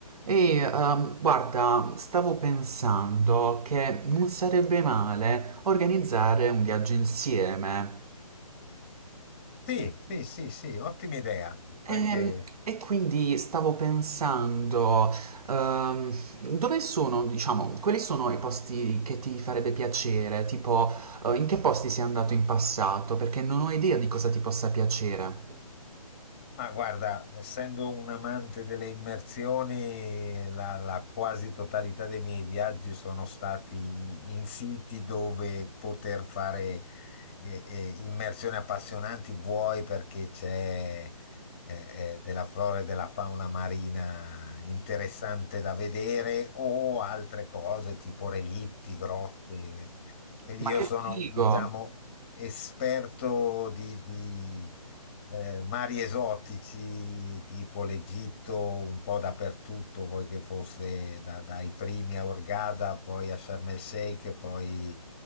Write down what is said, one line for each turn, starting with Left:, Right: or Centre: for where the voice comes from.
Right: Ehi, ehm, guarda, stavo pensando che non sarebbe male organizzare un viaggio insieme.
Left: Sì, sì, sì, sì, ottima idea.
Right: E,
Left: Sai che,
Right: e quindi stavo pensando, ehm, dove sono, diciamo, quali sono i posti che ti farebbe piacere? Tipo, eh, in che posti sei andato in passato? Perché non ho idea di cosa ti possa piacere.
Left: ma guarda, essendo un amante delle immersioni, la, la quasi totalità dei miei viaggi sono stati in siti dove poter fare eh, eh, immersioni appassionanti, vuoi perché c'è eh, eh, della flora e della fauna marina interessante da vedere, o altre cose tipo relitti, grotte. Quindi
Right: Ma
Left: io
Right: che
Left: sono,
Right: figo!
Left: diciamo, esperto di, di, eh, mari esotici, tipo l'Egitto, un po' dappertutto, poi che fosse da- dai primi a Hurghada, poi a Sharm el Sheikh, poi